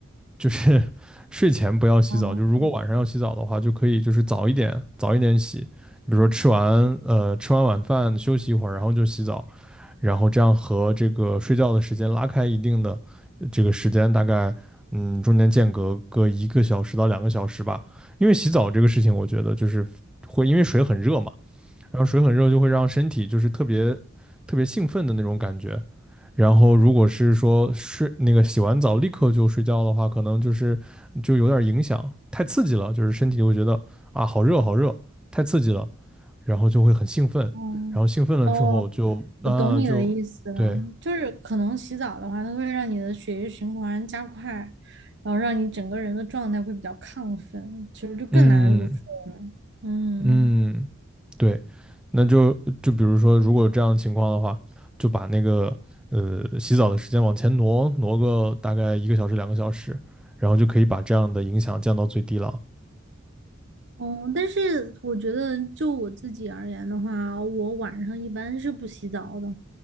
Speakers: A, in the centre; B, on the right.
A: 就是 <laughs> 睡前不要洗澡，
B: 哦，
A: 就如果晚上要洗澡的话，就可以就是早一点，早一点洗。比如说吃完呃吃完晚饭休息一会儿，然后就洗澡，然后这样和这个睡觉的时间拉开一定的呃这个时间，大概嗯中间间隔个一个小时到两个小时吧。因为洗澡这个事情，我觉得就是会因为水很热嘛，然后水很热就会让身体就是特别特别兴奋的那种感觉。然后如果是说睡那个洗完澡立刻就睡觉的话，可能就是就有点影响，太刺激了，就是身体就会觉得啊好热好热，太刺激了，然后就会很兴奋，
B: 嗯，
A: 然后兴奋了之后就啊就对，
B: 哦，我懂你的意思了，就是可能洗澡的话，它会让你的血液循环加快，然后让你整个人的状态会比较亢奋，其实就更难入睡。
A: 嗯
B: 嗯，
A: 嗯。对，那就就比如说，如果有这样的情况的话，就把那个呃洗澡的时间往前挪挪个大概一个小时、两个小时，然后就可以把这样的影响降到最低了。
B: 哦，但是我觉得就我自己而言的话，我晚上一般是不洗澡的，